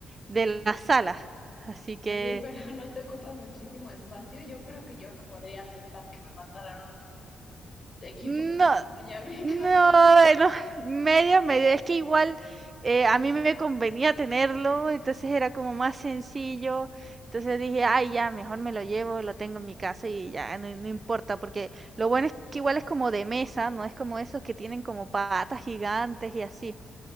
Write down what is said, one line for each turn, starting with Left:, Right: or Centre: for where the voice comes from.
Right: de la sala. Así que
Left: Oye, <laughs> pero no te ocupa muchísimo espacio. Yo creo que yo no podría aceptar que me mandaran un, un equipo
Right: no,
Left: de tecnología a mi
Right: No,
Left: casa.
Right: bueno, medio, medio. Es que igual eh, a mí me convenía tenerlo, entonces era como más sencillo. Entonces dije, ay, ya, mejor me lo llevo, lo tengo en mi casa y ya, no, no importa, porque lo bueno es que igual es como de mesa, no es como esos que tienen como patas gigantes y así.